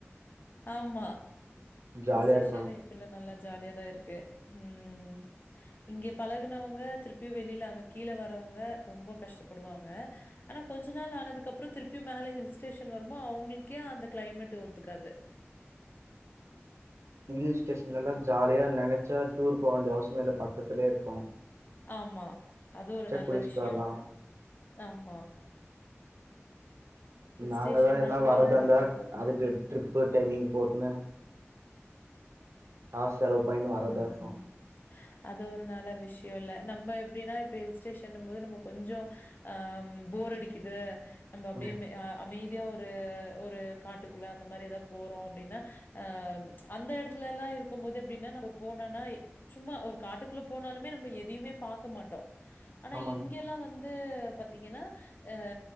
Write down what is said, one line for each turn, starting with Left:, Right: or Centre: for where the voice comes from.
Left: ஆமா ஹில்
Right: ஜாலியா
Left: ஸ்டேஷனே
Right: இருக்கணு
Left: ல்ல நல்லா ஜாலியாதான் இருக்கு ம் இங்க பழகுனவங்க திருப்பியும் வெளில அங்க கீழ வரவங்க ரொம்ப கஷ்டப்படுவாங்க ஆனா கொஞ்ச நாள் ஆனதுக்குப்புறம் திருப்பியும் மேல ஹில் ஸ்டேஷன் வரும்போ அவங்களுக்கே அந்த கிளைமேட் ஒத் துக்காது
Right: ஹில் ஸ்டேஷன்லல்லாம் ஜாலியா நினைச்சா டூர் போக வேண்டிய அவசியமே இல்ல பக்கத்துலயே இருக்கும்
Left: ஆமா அது ஒரு நல்ல
Right: குளிச்சுட்டு
Left: விஷயம்
Right: வரலா
Left: ஆமா ஹில்
Right: நாங்க
Left: ஸ்டேஷன்னாவ
Right: தான் எல்லா
Left: நம்ம
Right: வரதா
Left: நம்ம
Right: இருந்தா
Left: அங்க போம்போது
Right: அதுக்கு ட்ரிப்பு டைமிங் போட்டுன்னு காஸ் செலவு பண்ணின்னு வரதா
Left: உம் உம்
Right: இருக்கு
Left: உம் அது ஒரு நல்ல விஷ்யொ இல்ல நம்ப எப்படின்னா இப்ப ஹில் ஸ்டேஷனும் போது நம்ப கொஞ்சம் அ போர் அடிக்குது நம்ப அப்டியே
Right: ம்
Left: மெ அ அமைதியா ஒரு ஒரு காட்டுக்குள்ள அந்த மெரி ஏதாவ்து போறோம் அப்டின்னா அ அந்த எடத்துல எல்லா இருக்கும் போது எப்டி ன்னா நம்ப போனோனா சும்மா ஒரு காட்டுக்குள்ள போனாலுமே நம்ம எதையுமே பாக்க மாட்டோம் ஆனா
Right: ஆமா
Left: இங்கல்லாம்
Right: மேம்
Left: வந்து பாத்தீங்கன்னா அ